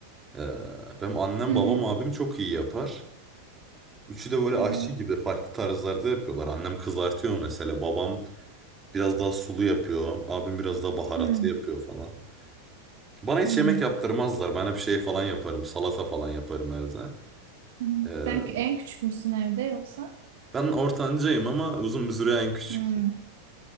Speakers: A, on the right; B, on the right.
A: Ee, benim annem
B: Hı
A: babam
B: hı.
A: abim çok iyi yapar. Üçü de böyle
B: Evet.
A: aşçı gibi farklı tarzlarda yapıyorlar. Annem kızartıyor mesela babam biraz daha sulu yapıyor. Abim biraz daha baharatlı
B: Hı
A: yapıyor falan. Bana hiç
B: hı.
A: yemek yaptırmazlar. Ben hep şey falan yaparım salata falan yaparım evde.
B: Hı hı.
A: Ee,
B: Sen kü- en küçük müsün evde yoksa?
A: ben ortancayım ama uzun bir süre en küçük.
B: Hmm.